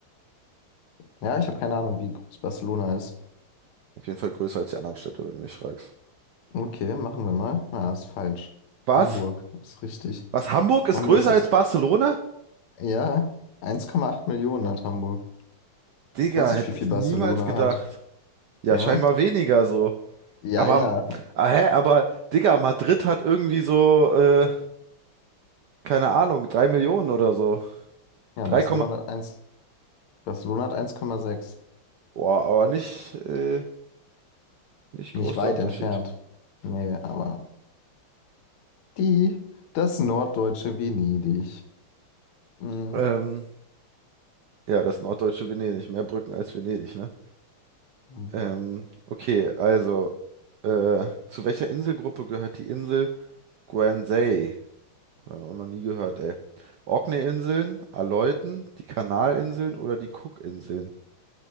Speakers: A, on the left; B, on the right.
A: Ja, ich habe keine Ahnung, wie groß Barcelona ist.
B: Auf jeden Fall größer als die anderen Städte, wenn du mich fragst.
A: Okay, machen wir mal. Na, ist falsch.
B: Was?
A: Hamburg ist richtig.
B: Was, Hamburg ist
A: Hamburg
B: größer
A: ist,
B: als Barcelona?
A: ja, 1,8 Millionen hat Hamburg.
B: Digga,
A: Ich weiß
B: hätte
A: nicht, wie viel
B: ich
A: Barcelona
B: niemals gedacht.
A: hat.
B: Ja,
A: Ja,
B: scheinbar weniger so.
A: ja,
B: Aber,
A: ja.
B: ah, hä, aber, Digga, Madrid hat irgendwie so, äh, keine Ahnung, 3 Millionen oder so.
A: Ja,
B: 3,
A: Barcelona hat eins. Barcelona hat eins Komma sechs.
B: boah, aber nicht, äh, nicht
A: Nicht
B: groß
A: weit
B: der Unterschied.
A: entfernt. Nee, aber die, das norddeutsche Venedig. Mm.
B: Ähm, ja, das norddeutsche Venedig. Mehr Brücken als Venedig, ne?
A: Mhm.
B: Ähm, okay, also, äh, zu welcher Inselgruppe gehört die Insel Guernsey? Äh, auch noch nie gehört, ey. Orkney-Inseln, Aleuten, die Kanalinseln oder die Cook-Inseln?